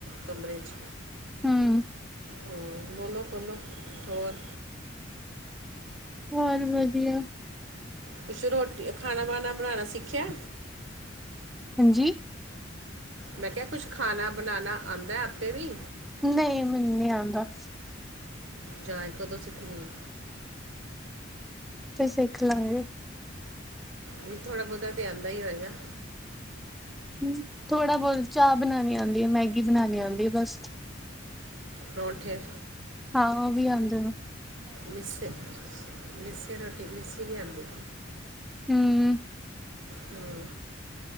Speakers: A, on the right; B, in the centre.
A: ਕਮਰੇ 'ਚ।
B: ਹਮਮ
A: ਹਮਮ, ਬੋਲੋ- ਬੋਲੋ, ਹੋਰ?
B: ਹੋਰ, ਵਧੀਆ।
A: ਕੁਛ, ਰੋਟੀ, ਖਾਣਾ -ਵਾਣਾ, ਬਣਾਉਣਾ ਸਿੱਖਿਆ?
B: ਹਾਂਜੀ?
A: ਮੈਂ ਕਿਹਾ, ਕੁਛ ਖਾਣਾ ਬਣਾਉਣਾ ਆਉਂਦਾ? ਆਪੇ ਵੀ
B: ਨਹੀਂ, ਮੈਨੂੰ ਨਹੀਂ ਆਉਂਦਾ।
A: ਜਾਚ ਕਦੋਂ ਸਿੱਖਣੀ ਹੈ?
B: ਫੇਰ, ਸਿੱਖ ਲਾਂਗੇ।
A: ਵੀ, ਥੋੜਾ ਬਹੁਤਾ ਤੇ, ਆਉਂਦਾ ਹੀ ਹੋਏਗਾ?
B: ਹਮ, ਥੋੜਾ ਬਹੁਤ ਚਾਹ ਬਣਾਉਣੀ ਆਉਂਦੀ ਆ, ਮੈਗੀ ਬਣਾਉਣੀ ਆਉਂਦੀ ਆ ਬਸ।
A: ਪਰੌਂਠੇ?
B: ਹਾਂ, ਉਹ ਵੀ ਆਉਂਦੇ ਨ।
A: ਮਿੱਸੇ, ਮਿੱਸੀ ਰੋਟੀ, ਮਿੱਸੀ ਨਹੀਂ ਆਂਦੀ।
B: ਹਮ।
A: ਹਮ,